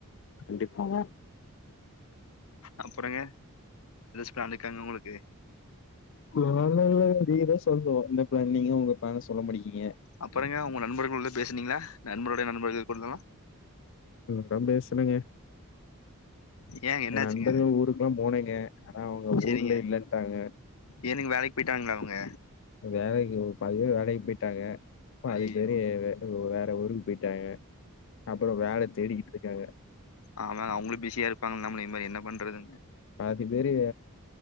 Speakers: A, on the left; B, on the left.
A: கண்டிப்பாங்க
B: அப்றங்க பிளான் இருக்காங்க உங்களுக்கு
A: பிளான்லா இல்லங்க நீங்க தா சொல்லனு என்ன பிளான் நீங்கதா உங்க பிளான சொல்ல மாட்டிக்கிறீங்க
B: அப்றங்க உங்க நண்பர்கள்ளோட பேசுனீங்களா நண்பருடய நண்பர்கள்கூடலா
A: <inaudible> பேசுனேங்க
B: ஏங்க என்னாச்சுங்க
A: எ நண்பர்கள் ஊருக்லா போனேங்க ஆனா அவுங்க
B: சரிங்க
A: ஊர்ல இல்லன்ட்டாங்க
B: ஏனுங்க வேலைக் போய்ட்டாங்ளா அவுங்க
A: வேலைக்கி பாதிபேர் வேலைக் போய்ட்டாங்க பாதிபேரு
B: ஐயோ
A: வேற ஊருக்கு போய்ட்டாங்க அப்றோ வேல தேடிக்கிட்ருக்காங்க
B: ஆமாங்க அவுங்களு பிஸியாருப்பாங்கல நம்ம இனிமேல் என்ன பண்றதுங்க
A: பாதி பேரு‌